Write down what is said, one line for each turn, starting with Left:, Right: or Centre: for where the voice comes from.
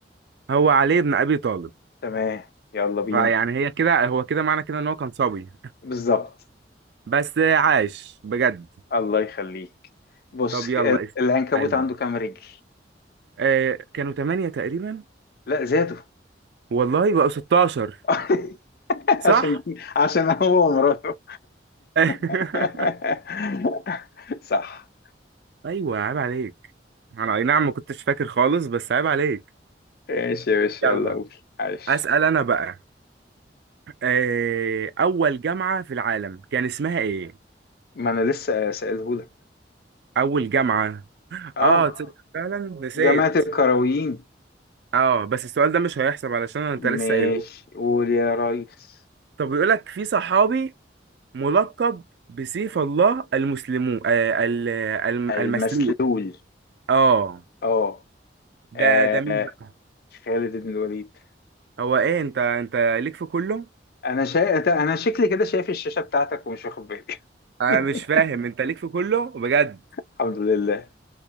Right: هو علي بن ابي طالب
Left: تمام يلا بينا
Right: فيعني هي كده هو كده معنى كده ان هو كان صبي
Left: بالظبط
Right: بس عاش بجد
Left: الله يخليك بص
Right: طب يلا
Left: ال-
Right: اسألني
Left: العنكبوت عنده كام رجل
Right: آه كانوا 8 تقريبا
Left: لا زادوا
Right: والله بقوا 16
Left: <laughs>
Right: صح
Left: عشان عشان هو ومراته
Right: <laughs>
Left: <laughs> صح
Right: ايوه عيب عليك انا اي نعم ما كنتش فاكر خالص بس عيب عليك
Left: ماشي يا باشا
Right: يلا
Left: يلا قول عايش
Right: اسأل انا بقى آه اول جامعة في العالم كان اسمها ايه
Left: ما انا لسه سألهولك
Right: اول جامعة
Left: اه
Right: اه تصدق فعلا نسيت
Left: جماعة الكرويين
Right: اه بس السؤال ده مش هيحسب علشان انت لسه
Left: ماشي
Right: قايله
Left: قول يا ريس
Right: طب بيقول لك في صحابي ملقب بسيف الله المسلمون آه، ال- الم-
Left: المسلول
Right: المسلول اه
Left: اه
Right: ده
Left: آه،
Right: ده مين بقى
Left: خالد بن الوليد
Right: هو ايه انت انت ليك في كله
Left: انا شا... انا شكلي كده شايف الشاشة بتاعتك ومش واخد بالي
Right: انا
Left: <laughs>
Right: مش فاهم انت ليك في كله بجد
Left: الحمد لله